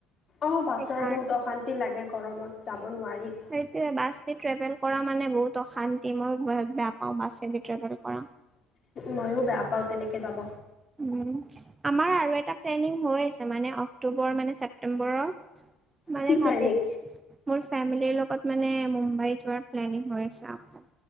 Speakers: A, on the left (about 35°); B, on the right (about 20°).
A: অঁ, বাছৰ
B: সেইকাৰ
A: বহুত অশান্তি লাগে গৰমত যাব নোৱাৰি।
B: সেইটোয়ে বাছ দি ট্ৰেভেল কৰা মানে বহুত অশান্তি মই বহত বেয়া পাওঁ বাছেদি ট্ৰেভেল কৰা।
A: ময়ো বেয়া পাওঁ তেনেকে যাব।
B: উম। আমাৰ আৰু এটা প্লেনিং হৈ আছে মানে, অক্টোবৰ মানে ছেপটেম্বৰৰ। মানে
A: কি
B: ভাবিছো,
A: প্লেনিং?
B: মোৰ ফেমিলিৰ লগত মানে মুম্বাই যোৱাৰ প্লেনিং হৈ আছে আৰু।